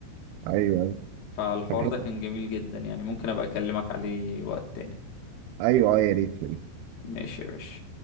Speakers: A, on the right (about 85°); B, on the left (about 70°).
A: ايوه ايوه
B: فالحوار
A: طب
B: ده كان جميل جدا يعني ممكن أبقى أكلمك عليه وقت تاني
A: ايوه اه يا ريت يا ريت
B: ماشي يا باشا